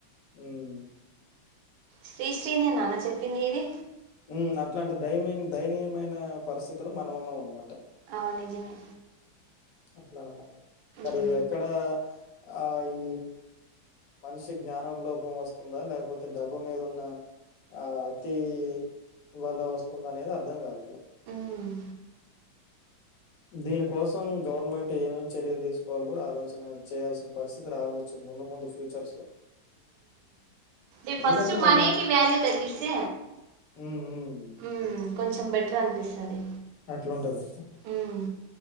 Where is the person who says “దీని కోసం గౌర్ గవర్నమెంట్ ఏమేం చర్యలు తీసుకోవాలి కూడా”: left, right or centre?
Left